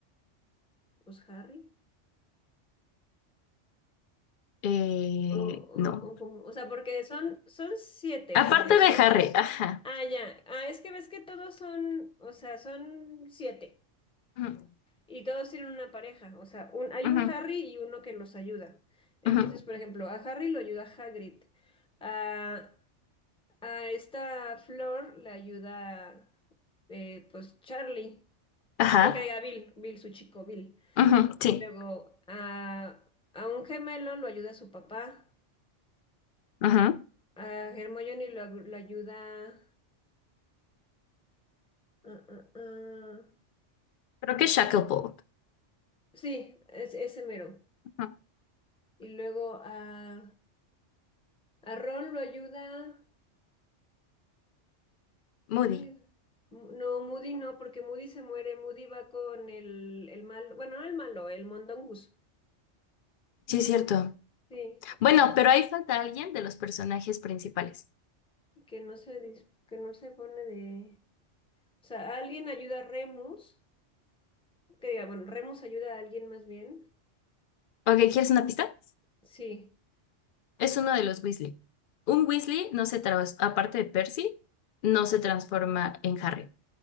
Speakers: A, in the centre; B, on the left.
A: pues Harry.
B: Eh,
A: O, o,
B: no.
A: o como- o sea, porque son, son siete
B: Aparte
A: Harrys,
B: de
A: ¿no?
B: Harry, ajá.
A: Ah, ya. Ah, es que ves que todos son, o sea, son siete
B: Ujú,
A: y todos tienen una pareja. O sea, un, hay
B: ujú,
A: un Harry y uno que los ayuda. Entonces,
B: ujú.
A: por ejemplo, a Harry lo ayuda Hagrid. A, a esta Flor le ayuda, eh, pues, Charlie.
B: Ajá.
A: No que diga Bill, Bill, su chico, Bill.
B: ujú, sí.
A: Luego, a, a un gemelo lo ayuda su papá.
B: ujú.
A: A Hermione lo, agu- lo ayuda... ah, ah, ah.
B: Creo que Shacklebolt.
A: Sí, es, ese mero.
B: ujú,
A: Y luego a, a Ron lo ayuda.
B: Moody.
A: ¿Quién lo ayuda? Mu- No, Moody no, porque Moody se muere. Moody va con el, el malo, bueno, no el malo, el Mondongus.
B: Sí, es cierto.
A: Sí,
B: Bueno, pero ahí falta alguien de los personajes principales.
A: que no se, dis- que no se pone de... O sea, alguien ayuda a Remus, que diga, bueno, Remus ayuda a alguien más bien.
B: Ok, ¿quieres una pista?
A: Sí,
B: Es uno de los Weasley. Un Weasley no se trans- aparte de Percy, no se transforma en Harry.